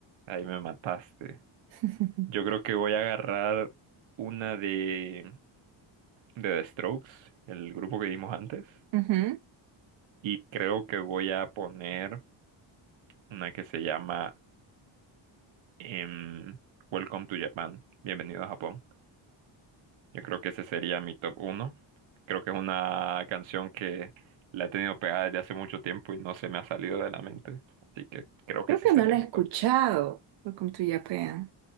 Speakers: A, on the right (about 80°); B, on the right (about 65°).
A: ahí me mataste.
B: <laughs>
A: Yo creo que voy a agarrar una de, de The Strokes, el grupo que vimos antes,
B: Ujú.
A: y creo que voy a poner una que se llama em, Welcome to Japan, Bienvenido a Japón. Yo creo que ese sería mi top uno. Creo que es una canción que la he tenido pegada desde hace mucho tiempo y no se me ha salido de la mente, así que creo que
B: Creo
A: ese
B: que
A: sería
B: no la
A: mi
B: he escuchado.
A: top.
B: Welcome to Japan.